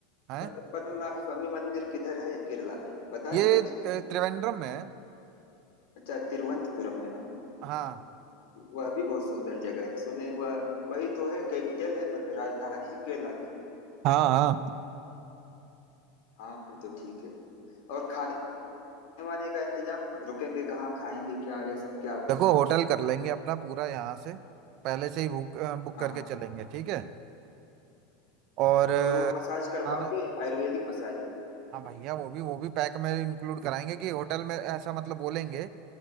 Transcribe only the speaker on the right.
है
ये
अ, त्रिवेंद्रम में है
हाँ
हाँ हाँ
देखो होटल कर लेंगे अपना पूरा यहाँ से पहले से ही बुक बुक
करके चलेंगे ठीक है और अ,
खाना
हाँ भैया वो भी वो भी पैक में इंक्लूड कराएंगे कि होटल में ऐसा मतलब बोलेंगे